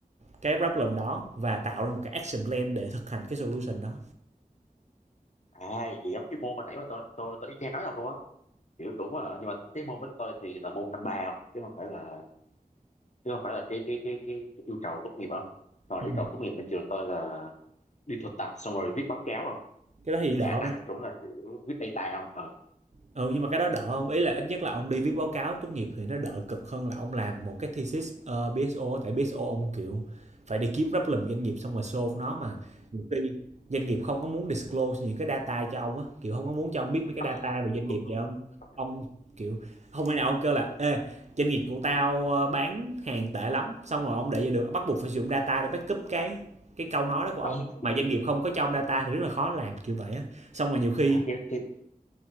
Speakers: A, on the right (about 50°); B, on the left (about 50°).
A: cái problem đó và tạo ra một cái action plan để thực hành cái solution đó
B: à gì giống cái môn mà nãy mà tôi tôi tôi y chang nói ông luôn á kiểu cũng là nhưng mà cái môn của tụi tôi thì là môn năm ba không chứ không phải là chứ không phải là cái cái cái cái, cái yêu cầu tốt nghiệp không rồi
A: Ừ.
B: yêu cầu tốt nghiệp bên trường tôi là đi thực tập xong rồi viết báo cáo không
A: cái đó thì đỡ
B: khả năng cũng là kiểu viết data không ờ
A: ừ nhưng mà cái đó đỡ không ý là ít nhất là ông đi viết báo cáo tốt nghiệp thì nó đỡ cực hơn là ông làm một cái thesis ờ, BSO tại BSO ông kiểu phải đi kiếm problem doanh nghiệp xong rồi solve nó mà nhiều khi doanh nghiệp không có muốn disclose những cái data cho ông á kiểu không có muốn cho ông biết mấy cái
B: ờ
A: data
B: đúng
A: về doanh
B: đúng
A: nghiệp
B: đúng
A: để ông
B: đúng tôi không nhận
A: ông
B: thì
A: kiểu không thể nào ông kêu là ê doanh nghiệp của tao ờ, bán hàng tệ lắm xong rồi ông để vậy được bắt buộc phải sử dụng data để backup cái cái câu nói đó của ông
B: ờ đúng
A: mà doanh nghiệp không có cho ông data thì rất là khó làm kiểu vậy á xong rồi nhiều khi
B: à, thì, thì,